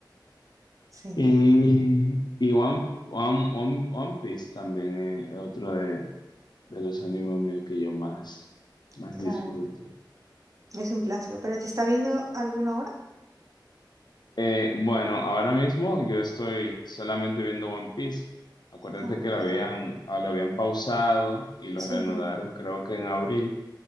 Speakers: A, on the right; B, on the left.
A: sí,
B: Y, y One, One, One, One Piece también es es otro de, de los animes míos que yo más, más
A: claro.
B: disfruto.
A: Es un clásico, pero ¿te está viendo alguna ahora?
B: Eh, bueno, ahora mismo yo estoy solamente viendo One Piece. Acuérdate
A: Ah,
B: que lo habían, ah, lo habían pausado y lo
A: sí.
B: reanudaron creo que en abril